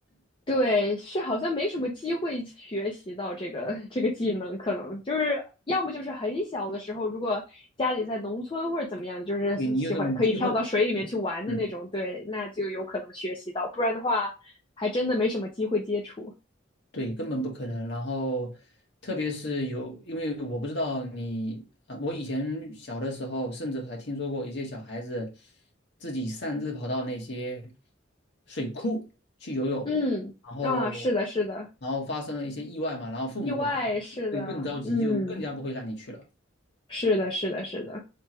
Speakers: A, on the left; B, on the left.
A: 对，是好像没什么机会学习到这个 <laughs> 这个技能，可能就是要么就是很小的时候，如果家里在农村或者怎么样，就是喜欢可以跳到水里面去玩的那种，
B: 所以你有这种机会，嗯。
A: 对，那就有可能学习到，不然的话，还真的没什么机会接触。
B: 对，根本不可能。然后，特别是有，因为我不知道你啊，我以前小的时候，甚至还听说过一些小孩子自己擅自跑到那些水库去游泳，
A: 嗯啊，
B: 然后，
A: 是的，是的，
B: 然后发生了一些意外嘛，然后父母可能会更着急，
A: 意外，是的，嗯，
B: 就更加不会让你去了。
A: 是的，是的，是的，